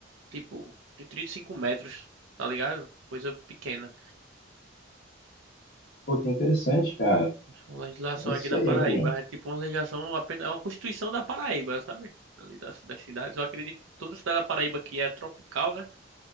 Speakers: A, on the right; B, on the left.
A: tipo, de 35 metros, tá ligado? Coisa pequena.
B: pô, que interessante, cara.
A: A legislação
B: É isso
A: aqui da
B: aí,
A: Paraíba
B: mano.
A: é tipo uma legislação, apenas, é uma constituição da Paraíba, sabe? Ali das, das cidades. Eu acredito que toda cidade da Paraíba que é tropical, né?